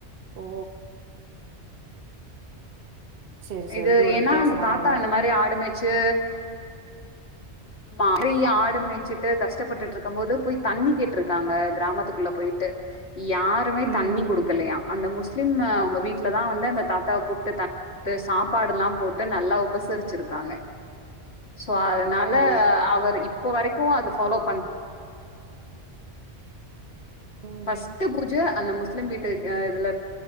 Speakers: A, on the right; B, on the left.
A: ஓ செரி செரி
B: இது
A: ஒரு
B: ஏனா
A: வித்தியாசமானவங்கதா
B: அந்த தாத்தா அந்த மாரி ஆடு மேச்சு பா நெறைய ஆடு மேச்சிட்டு கஷ்ட்ப்பட்டுட்ருக்கம் போது போய் தண்ணி கேட்ருக்காங்க கிராமத்துக்குள்ள போயிட்டு யாருமே
A: ம்
B: தண்ணி குடுக்கலையா அந்த முஸ்லிம்ம அவுங்க வீட் ட்லதா வந்து அந்த தாத்தாவக் கூப்ட்டு த குடுத்து சாப்பாடுல்லாம் போட்டு நல்லா உபசரிச்சிருக்காங்க சோ அதனால
A: ஓ
B: அவர் இப்ப வரைக்கு அது ஃபாலோ பண்
A: ம்
B: ஃபர்ஸ்ட்டு பூஜ அந்த முஸ்லிம் வீட்டு அ இதுலர்